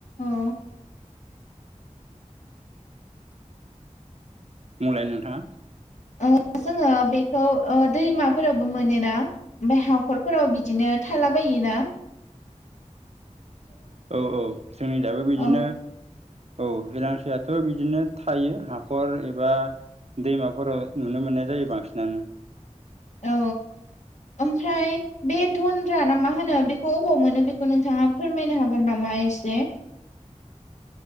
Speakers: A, on the left; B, on the right.
A: ओ
B: मलाय नोंथाङा?
A: ओ जोङो बेखौ दैमाफोरावबो मोनोना ओफ्राय हाखरफोराव बिदिनो थाला बायो ना?
B: औ औ जोंनि दाबो बिदिनो।
A: औ
B: औ हेलांसेयाथ' बिदिनो थायो हाखर एबा। दैमाफोराव नुनो मोननाय जायो बांसिनानो।
A: औ ओमफ्राय बे नन्द्रा ना मा होनो बेखौ अबाव मोनो बेखौ नोंथाङा फोरमायनो हागोन नामा? बायसे